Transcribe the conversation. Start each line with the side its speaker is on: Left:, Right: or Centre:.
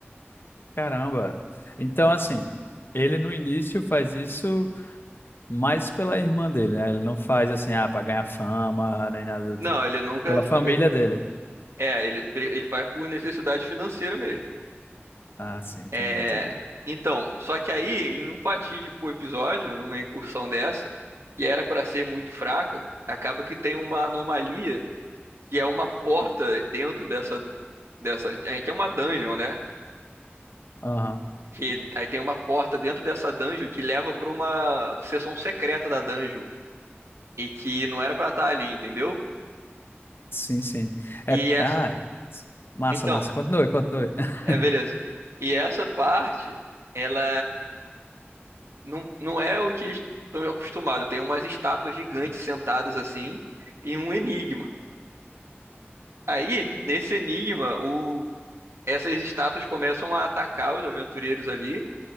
Left: Caramba. Então, assim, ele no início faz isso mais pela irmã dele, né? Ele não faz assim, ah, pra ganhar fama, nem nada do
Right: Não,
Left: tipo.
Right: ele nunca.
Left: Pela
Right: fa-
Left: família dele.
Right: É, ele, ele faz por necessidade financeira mesmo.
Left: Ah, sim, entendi,
Right: É,
Left: entendi.
Right: então, só que aí, em um fatídico episódio, numa incursão dessa, que era para ser muito fraca, acaba que tem uma anomalia, que é uma porta dentro dessa, dessa, é, que é uma dungeon, né?
Left: Aham,
Right: Que aí tem uma porta dentro dessa dungeon que leva para uma seção secreta da dungeon e que não era para estar ali, entendeu?
Left: Sim, sim. É,
Right: E essa,
Left: ah, massa,
Right: então,
Left: massa. Continue, continue. <laughs>
Right: é beleza. E essa parte, ela Não, não é o que eles estão acostumados. Tem umas estátuas gigantes sentadas assim e um enigma. Aí, nesse enigma, o... essas estátuas começam a atacar os aventureiros ali,